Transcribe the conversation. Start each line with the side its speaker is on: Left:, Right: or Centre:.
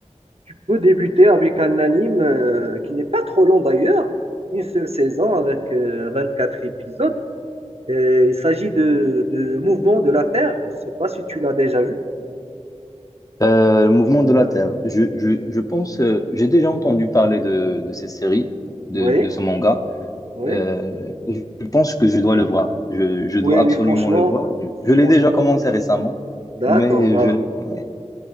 Right: tu peux débuter avec un anime euh, qui n'est pas trop long d'ailleurs, une seule saison avec euh, 24 épisodes. Et il s'agit de, de Mouvement de la Terre. Je ne sais pas si tu l'as déjà vu.
Left: Euh, le mouvement de la Terre. Je, je, je pense, euh, j'ai déjà entendu parler de, de cette série, de,
Right: Oui,
Left: de ce manga.
Right: oui,
Left: Euh, je pense que je dois le voir. Je, je dois
Right: oui,
Left: absolument
Right: oui, franchement,
Left: le voir. Je, je l'ai
Right: franchement.
Left: déjà commencé récemment,
Right: D'accord.
Left: mais
Right: Bah,
Left: je l'ai- ouais.